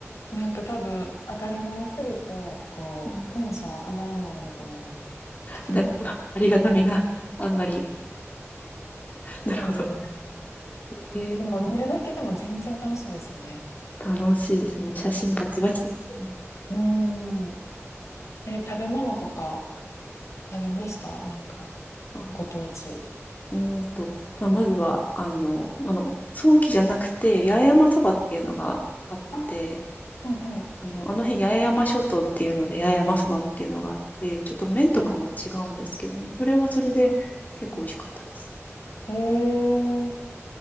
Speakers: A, on the left (about 90°); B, on the left (about 35°).
A: なんか多分当たり前すぎて、こう、
B: うん。
A: テンション上がらないんだと思います。<laughs>
B: なるほど。ありがたみがあんまり。なるほど。
A: そうだと思う。
B: へえ、
A: でも見るだけでも全然楽しいですよね。
B: 楽しいです。もう写真バチバチ撮っちゃいます。
A: うーん。えー食べ物とか食べましたなんか、
B: へえ。あ
A: ご当地。
B: うーんと、まあ、まずは、あの、あの、早期じゃなくて、八重山そばっていうのがあって、
A: あ、はいはい。
B: あの、あの辺八重山諸島っていうので、八重山そばっていうのがあって、ちょっと麺とかも違うんですけども、
A: はい。
B: それはそれで結構美味しかったです。
A: あ、そう。えー、